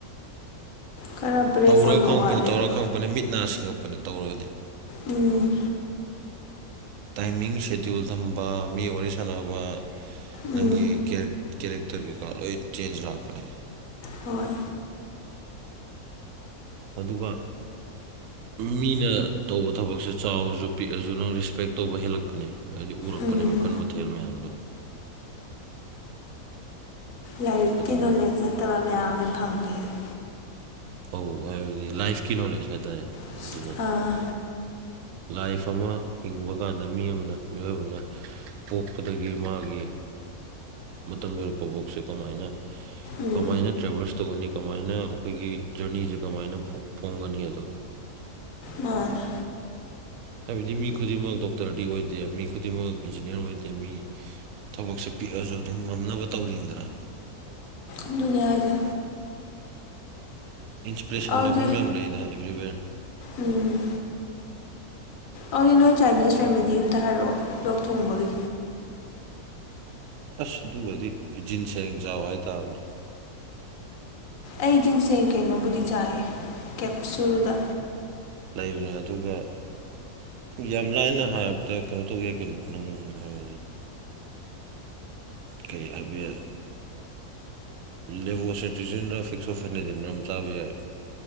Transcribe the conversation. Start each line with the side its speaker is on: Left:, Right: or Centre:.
Left: ꯈꯔ ꯕ꯭ꯔꯦꯐ
Right: ꯇꯧꯔꯥ
Left: ꯑꯣꯏꯕ
Right: ꯈꯪꯉꯛꯄꯅꯤ
Left: ꯋꯥꯠꯂꯦꯕ
Right: ꯇꯧꯔꯥ ꯈꯪꯉꯛꯄꯅꯤ ꯃꯤꯠ ꯅꯥ ꯁꯤꯡꯉꯛꯄꯅꯤ ꯇꯧꯔꯒꯗꯤ
Left: ꯎꯝ
Right: ꯇꯥꯏꯃꯤꯡ ꯁꯦꯗꯨꯜ ꯊꯝꯕ ꯃꯤ ꯋꯥꯔꯤ ꯁꯥꯟꯅꯕ ꯅꯪꯒꯤ
Left: ꯎꯝ
Right: ꯀꯦꯔꯦ ꯀꯦꯔꯦꯛꯇꯔ ꯀꯩꯀꯥ ꯂꯣꯏ ꯆꯦꯟꯖ ꯂꯥꯛꯄꯅꯦ
Left: ꯍꯣꯏ
Right: ꯑꯗꯨꯒ ꯃꯤꯅ ꯇꯧꯕ ꯊꯕꯛꯁꯦ ꯆꯥꯎꯔꯁꯨ ꯄꯤꯛꯑꯁꯨ ꯅꯪ ꯔꯦꯁꯄꯦꯛ ꯇꯧꯕ ꯍꯦꯜꯂꯛ ꯄꯥꯅꯦ ꯍꯥꯏꯗꯤ ꯎꯔꯛꯄꯅꯦ
Left: ꯎꯝ
Right: ꯃꯈꯜ ꯃꯊꯦꯜ ꯃꯌꯥꯝꯗꯣ
Left: ꯂꯥꯏꯔꯤꯛꯀꯤ
Right: ꯑꯗꯨꯅꯅꯤ
Left: ꯅꯣꯂꯦꯖ ꯅꯠꯇꯕ ꯃꯌꯥꯝꯅꯦ ꯐꯪꯗꯣꯏꯁꯦ
Right: ꯑꯧ ꯍꯥꯏꯕꯗꯤ ꯂꯥꯏꯐꯀꯤ ꯅꯣꯂꯦꯖ ꯍꯥꯏꯇꯥꯔꯦ
Left: <inaudible>
Right: ꯑꯗꯨꯅ
Left: ꯑꯥ
Right: ꯂꯥꯏꯐ ꯑꯃ ꯍꯤꯡꯕ ꯀꯥꯟꯗ ꯃꯤ ꯑꯃꯅ ꯃꯤꯑꯣꯏꯕ ꯑꯃꯅ ꯄꯣꯛꯄꯗꯒꯤ ꯃꯥꯒꯤ ꯃꯇꯝ ꯂꯣꯏꯔꯛꯄꯕꯣꯛꯁꯦ ꯀꯃꯥꯏꯅ
Left: ꯎꯝ
Right: ꯀꯃꯥꯏꯅ ꯇ꯭ꯔꯦꯚꯦꯜꯁ ꯇꯧꯒꯅꯤ ꯀꯃꯥꯏꯅ ꯑꯩꯈꯣꯏꯒꯤ ꯖꯔꯅꯤꯁꯦ ꯀꯃꯥꯏꯅ ꯐꯣꯡꯒꯅꯤ ꯑꯗꯣ
Left: ꯃꯥꯅꯦ
Right: ꯍꯥꯏꯕꯗꯤ ꯃꯤ ꯈꯨꯗꯤꯡꯃꯛ ꯗꯣꯛꯇꯔꯗꯤ ꯑꯣꯏꯗꯦ ꯃꯤ ꯈꯨꯗꯤꯡꯃꯛ ꯏꯟꯖꯤꯅꯤꯌꯥꯔ ꯑꯣꯏꯗꯦ ꯃꯤ ꯊꯕꯛꯁꯦ ꯄꯤꯛꯑꯁꯨ ꯑꯗꯨꯝ ꯉꯝꯅꯕ ꯇꯧꯔꯤꯅꯤꯗꯅ
Left: ꯑꯗꯨꯅꯦ ꯍꯥꯏꯁꯦ
Right: ꯏꯟꯁꯄꯤꯔꯦꯁꯟ
Left: ꯑꯗꯨꯗꯤ
Right: ꯂꯧꯐꯝ ꯃꯌꯥꯝ ꯂꯩꯗ ꯑꯦꯕ꯭ꯔꯤꯋꯦꯔ
Left: ꯎꯝ ꯑꯗꯨꯗꯤ ꯅꯣꯏ ꯆꯥꯏꯅꯤꯁ ꯔꯦꯃꯤꯗꯤ ꯑꯃꯝꯇ ꯍꯥꯏꯔꯛꯑꯣ ꯂꯣꯛ ꯊꯣꯡꯕꯒꯤ
Right: ꯑꯁ ꯑꯗꯨꯒꯗꯤ ꯖꯤꯟꯁꯦꯡ ꯆꯥꯎ ꯍꯥꯏꯇꯥꯥꯕꯅꯤ
Left: ꯑꯩ ꯖꯤꯟꯁꯦꯡ ꯀꯩꯅꯣꯕꯨꯗꯤ ꯆꯥꯏꯌꯦ ꯀꯦꯞꯁꯨꯜꯗ
Right: ꯂꯩꯕꯅꯦ ꯑꯗꯨꯒ ꯌꯥꯝ ꯂꯥꯏꯅ ꯍꯥꯏꯔꯕꯗ ꯀꯩꯅꯣ ꯇꯧꯒꯦ ꯀꯩꯅꯣ ꯅꯅꯨꯡ ꯍꯥꯏ ꯀꯩ ꯍꯥꯏꯕ ꯌꯥꯏ ꯂꯦꯕꯣꯁꯦꯇꯤꯖꯤꯟꯗ ꯐꯤꯛꯁꯣ ꯐꯦꯅꯖꯟꯝ ꯆꯥꯕ ꯌꯥꯏ